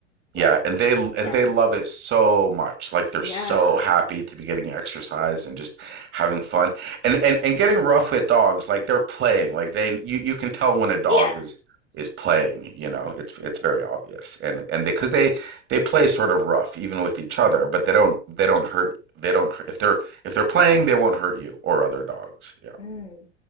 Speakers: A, on the right; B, on the left.
A: Yeah,
B: Like.
A: and they and
B: yeah.
A: they love it so much. Like they're
B: Yeah.
A: so happy to be getting exercise and just having fun. And and and getting rough with dogs, like they're playing. Like they you you can tell when a dog
B: Yeah.
A: is is playing, you know. It's it's very obvious. And and they because they they play sort of rough even with each other, but they don't they don't hurt they don't if they're if they're playing, they won't hurt you or other dogs. Yeah.
B: Mm.